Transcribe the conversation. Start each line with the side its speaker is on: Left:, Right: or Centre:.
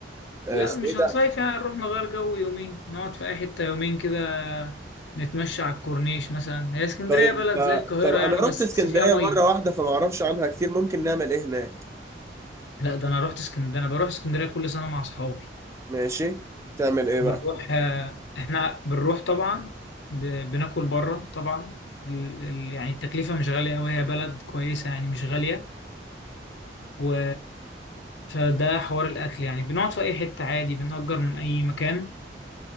Right: آه،
Left: لا
Right: اسمه
Left: مش
Right: ايه ده
Left: هنصيف يعني نروح نغير جو يومين نقعد في اي حته يومين كده نتمشى على الكورنيش مثلا هي اسكندريه
Right: طيب
Left: بلد
Right: آه،
Left: زي القاهره
Right: طب انا
Left: يعني
Right: رحت
Left: بس
Right: اسكندريه
Left: فيها ميه
Right: مره واحده فما اعرفش عنها كتير ممكن نعمل ايه هناك
Left: لا ده انا رحت اسكندريه انا بروح اسكندريه كل سنه مع اصحابي
Right: ماشي تعمل ايه
Left: بنروح
Right: بقى
Left: آه، احنا بنروح طبعا ب- بناكل بره طبعا ال- ال- يعني التكلفة مش غالية أوي هي بلد كويسة يعني مش غالية و فده حوار الأكل يعني بنقعد في أي حتة عادي بنأجر من أي مكان